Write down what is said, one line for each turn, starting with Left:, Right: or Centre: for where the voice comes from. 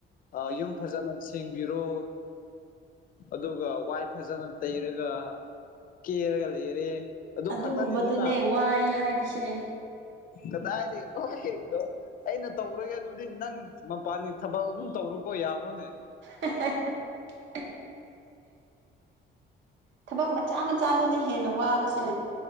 Left: ꯑꯥ ꯌꯨꯝ ꯐꯖꯅ ꯁꯦꯡꯕꯤꯔꯣ ꯑꯗꯨꯒ ꯋꯥꯏ ꯐꯖꯅ ꯇꯩꯔꯒ ꯀꯦꯔꯒ ꯂꯩꯔꯦ ꯑꯗꯨ
Right: ꯑꯗꯨꯒꯨꯝꯕꯗꯨꯅꯦ
Left: ꯈꯛꯇꯅꯤꯗꯅ
Right: ꯋꯥꯏ ꯍꯥꯏꯔꯤꯁꯦ
Left: ꯀꯗꯥꯏꯗꯩ ꯑꯣꯏ ꯑꯗꯣ ꯑꯩꯅ ꯇꯧꯔꯒꯦ ꯑꯗꯨꯗꯤ ꯅꯪ ꯃꯄꯥꯟꯒꯤ ꯊꯕꯛ ꯑꯗꯨꯝ ꯇꯧꯔꯣꯀꯣ ꯌꯥꯕ꯭ꯔꯣꯅꯦ
Right: INAUDIBLE ꯊꯕꯛ ꯃꯆꯥ ꯃꯆꯥꯗꯨꯅ ꯍꯦꯟꯅ ꯋꯥꯕꯁꯦ